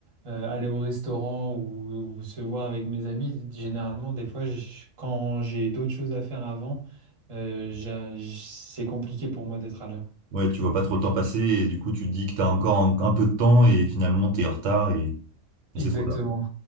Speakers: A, on the right; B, on the right.
A: euh, aller au restaurant ou, ou se voir avec mes amis, généralement, des fois, je- quand j'ai d'autres choses à faire avant, euh, j'a- j- c'est compliqué pour moi d'être à l'heure.
B: Ouais, tu vois pas trop le temps passer et du coup, tu te dis que t'as encore un, un peu de temps et finalement, t'es en retard et, et
A: Exactement.
B: c'est trop tard.